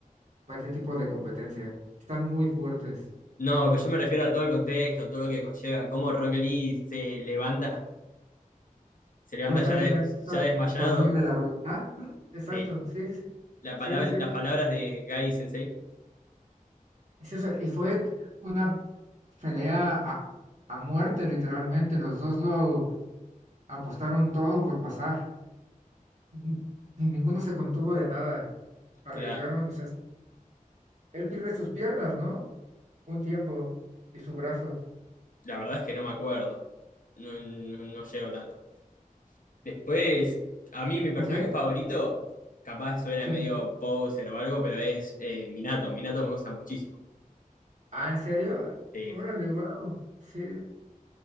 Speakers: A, on the right; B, on the left.
A: para ese tipo de competencia. Están muy fuertes.
B: No, pero yo me refiero a todo el contexto, todo lo que conlleva, cómo Rock Lee se levanta se levanta
A: Constantemente,
B: ya, de-
A: o sea,
B: ya desmayado,
A: por medio de la voluntad. mm, Exacto,
B: eh,
A: sí, sí, sí,
B: la
A: sí.
B: parab-
A: sí, sí,
B: las palabras de Gai Sensei,
A: Sí, o sea, y fue una pelea a, a muerte, literalmente. Los dos lo apostaron todo por pasar. N- Ninguno se contuvo de nada. Arriesgaron,
B: la,
A: o sea, él pierde sus piernas, ¿no? Un tiempo y su brazo.
B: la verdad es que no me acuerdo, no, no, no llego tanto. Después,
A: Y-
B: a mí mi personaje
A: ¿ok?
B: favorito, capaz suena
A: ¿Quién
B: medio
A: es?
B: poser o algo, pero es eh, Minato, Minato me gusta muchísimo.
A: Ah, ¿en serio?
B: Eh,
A: Órale, wow. Sí,